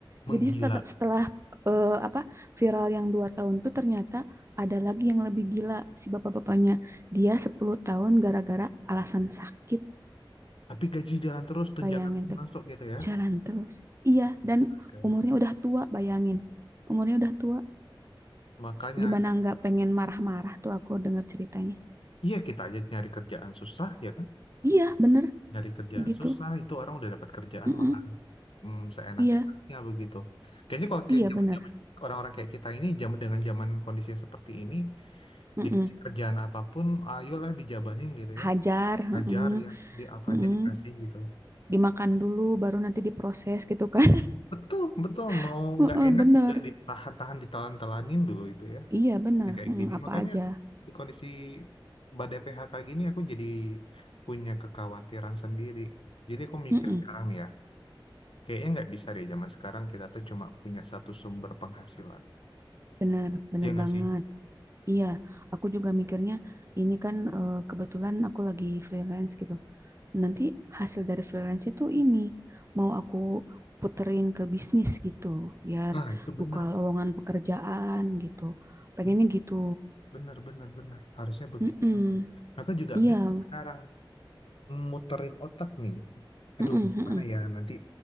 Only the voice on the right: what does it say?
Jadi setelah, setelah, eh, apa viral yang 2 tahun itu ternyata ada lagi yang lebih gila si bapak-bapaknya. Dia 10 tahun gara-gara alasan sakit.
Bayangin
tuh.
Jalan terus. Iya, dan
umurnya udah tua, bayangin. Umurnya udah tua.
Gimana
nggak pengen marah-marah tuh aku denger ceritanya.
Iya, bener
gitu.
Mm-mm.
Iya,
iya
bener.
Mm-mm.
hajar,
heeh,
heeh.
Dimakan dulu baru nanti diproses gitu kan.
<laughs>
Heeh,
bener.
Iya, bener.
Heeh,
apa
aja.
Heeh,
bener, bener
banget.
Iya, aku juga mikirnya ini kan eh, kebetulan aku lagi freelance gitu. Nanti hasil dari freelance itu ini mau aku puterin ke bisnis gitu, biar
buka
lowongan pekerjaan gitu. Pengennya
gitu.
Heeh.
Iya,
heeh,
heeh.